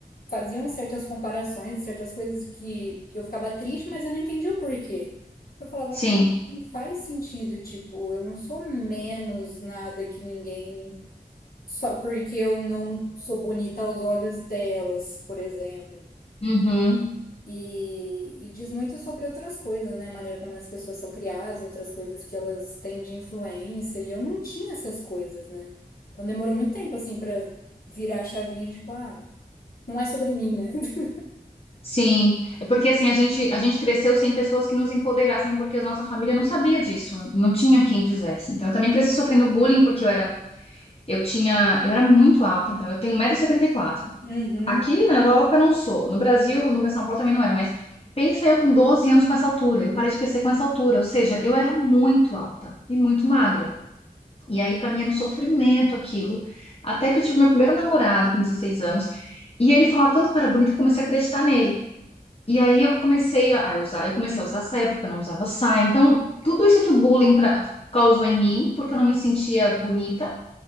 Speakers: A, on the left; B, on the left.
A: faziam certas comparações, certas coisas que eu ficava triste, mas eu não entendia o porquê. Eu falava,
B: sim.
A: cara, não faz sentido, tipo, eu não sou menos nada que ninguém só porque eu não sou bonita aos olhos delas, por exemplo.
B: Uhum.
A: E, e diz muito sobre outras coisas, né? A maneira como as pessoas são criadas, outras coisas que elas têm de influência. E eu não tinha essas coisas, né? Então demorou muito tempo, assim, pra virar a chavinha de tipo, ah, não é sobre mim, né? <laughs>
B: Sim, é porque assim a gente a gente cresceu sem pessoas que nos empoderassem, porque a nossa família não sabia disso, não tinha quem fizesse. Então eu também cresci sofrendo bullying porque eu era eu tinha eu era muito alta, então eu tenho um metro e setenta e quatro
A: Uhum,
B: Aqui na Europa eu não sou, no Brasil, no São Paulo também não era, mas pensa eu com 12 anos com essa altura, eu parei de crescer com essa altura, ou seja, eu era muito alta e muito magra. E aí pra mim era um sofrimento aquilo, até que eu tive meu primeiro namorado com 16 anos, e ele falava tanto que eu era bonita que eu comecei a acreditar nele. E aí eu comecei a usar, eu comecei a usar saia porque eu não usava saia. Então, tudo isso que o bullying pra- causou em mim, porque eu não me sentia bonita.